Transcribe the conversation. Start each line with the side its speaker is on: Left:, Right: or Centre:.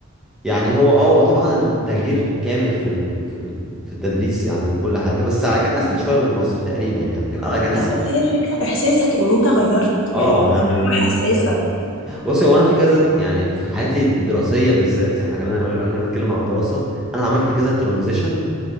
Centre: يعني هو اه هو طبعا التغيير كامل في ال... في ال... في التدريس يعني وفي كل حاجه بس كان اسهل شويه من مصر تقريبا يعني كان اه كان
Left: لا
Centre: اسهل
Left: بس هي الفكره احساسك ان انت غيرت
Centre: اه
Left: يعني مرحله
Centre: يعني
Left: حساسه
Centre: بصي هو انا في كذا يعني في حياتي الدراسيه بالذات يعني احنا احنا بنتكلم على الدراسه انا عملت كذا ترانزيشن